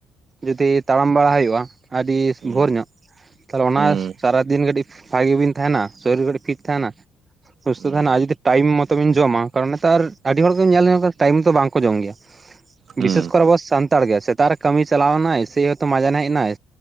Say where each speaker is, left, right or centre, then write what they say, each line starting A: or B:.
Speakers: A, on the right (about 30°); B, on the right (about 55°).
A: ᱡᱩᱫᱤ ᱛᱟᱲᱟᱢ ᱵᱟᱲᱟ ᱦᱩᱭᱩᱜᱼᱟ ᱟᱹᱰᱤ
B: ᱦᱩᱸ
A: ᱵᱷᱳᱨ ᱧᱚᱜ ᱛᱟᱦᱚᱞᱮ ᱚᱱᱟ
B: ᱦᱩᱸ
A: ᱥᱟᱨᱟᱫᱤᱱ ᱠᱟᱹᱴᱤᱡ ᱵᱷᱟᱜᱤ ᱵᱤᱱ ᱛᱟᱦᱮᱱᱟ ᱥᱚᱨᱤᱨ ᱠᱟᱹᱴᱤᱡ ᱯᱷᱤᱴ ᱛᱟᱦᱮᱱᱟ ᱥᱩᱥᱛᱷ
B: ᱦᱩᱸ
A: ᱛᱟᱦᱮᱱᱟ ᱡᱩᱫᱤ ᱴᱟᱭᱤᱢ ᱢᱚᱛᱚᱵᱤᱱ ᱡᱚᱢᱟ ᱠᱟᱨᱚᱱ ᱢᱟᱛᱚ ᱟᱨ ᱟᱹᱰᱤ ᱦᱚᱲ ᱜᱮᱢ ᱧᱮᱞ ᱞᱮᱱ ᱴᱟᱭᱤᱢ ᱢᱚᱛᱚ ᱵᱟᱝᱠᱚ ᱡᱚᱢ ᱜᱮᱭᱟ
B: ᱦᱩᱸ
A: ᱵᱤᱥᱮᱥ
B: ᱦᱩᱸ
A: ᱠᱚᱨᱮ ᱟᱵᱚ ᱥᱟᱱᱛᱟᱲ ᱜᱮ ᱥᱮᱛᱟᱜ ᱨᱮ ᱠᱟᱹᱢᱤ ᱪᱟᱞᱟᱣ ᱱᱟᱭ ᱥᱮᱭᱛᱚ ᱢᱟᱡᱟᱱ ᱦᱮᱡ ᱮᱱᱟᱭ